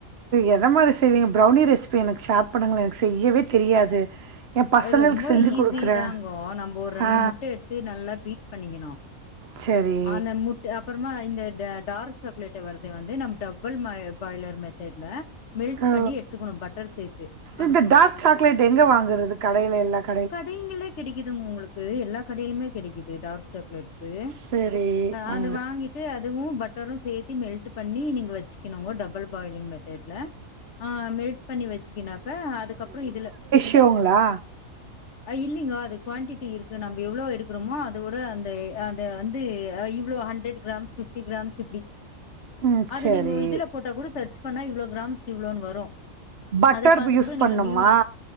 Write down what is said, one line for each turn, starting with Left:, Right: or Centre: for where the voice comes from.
Right: என்ன மாரி செய்விங்க ப்ரௌனி ரெசிபி எனக்கு ஷேர் பண்ணுங்களே எனக்கு செய்யவே தெரியாது எ பசங்களுக்கு
Left: ரொம்ப
Right: செஞ்சு
Left: ஈஸி
Right: குடுக்குறே
Left: தாங்கோ நம்ம ஒரு ரெண்டு
Right: ஆ
Left: முட்ட எடுத்து நல்லா பீட் பண்ணிக்கணு
Right: செரி
Left: அந்த முட் அப்புறமா இந்த டார்ச் சக்லேட்ட வருது வந்து நம்ம டபுள் பாய்லர் மெத்தட்ல மெல்ட்
Right: ஓ
Left: பண்ணி எடுத்துகணு பட்டர் சேத்து அது
Right: இந்த
Left: கூடோ
Right: டார்க் சாக்லேட் எங்க வாங்குறது கடையில எல்லா க
Left: கடைங்கல்லா கெடைக்குதுங்க உங்களுக்கு எல்லா கடையிலுமே கெடைக்குது டார் சாக்லெட்ஸ்ஸு
Right: சரி
Left: அது
Right: ஆ
Left: வாங்கி ட்டு அதுவு பட்டரு சேத்தி மெல்ட் பண்ணி நீங்க வச்சுக்கணுங்க டபுள் பாயலிங் மெத்தட்ல ஆ மெல்ட் பண்ணி வெச்சுக்கனாக்க அதுக்கப்றோ இதுல
Right: இவங்களா
Left: அ இல்லங்கோ அது குவாண்ட்டிட்டி இரு க்கு நம்ப எவ்ளோ எடுக்றமோ அதோட அந்த அந்த வந்து இவ்ளோ ஹண்ட்ரட் கிராம்ஸ் ஃபிப்டி கிராம்ஸ் இப்டி
Right: ம்
Left: அது
Right: சரி
Left: நீங்க இதுல போட்டா கூட சர்ச் பண்ண இவ்ளோ கிராம்ஸ் இவ்வளோனு வரும்
Right: பட்டர்
Left: அத பாத்து
Right: யூஸ்
Left: கூட
Right: பண்ணுமா
Left: நீங்க நியூலி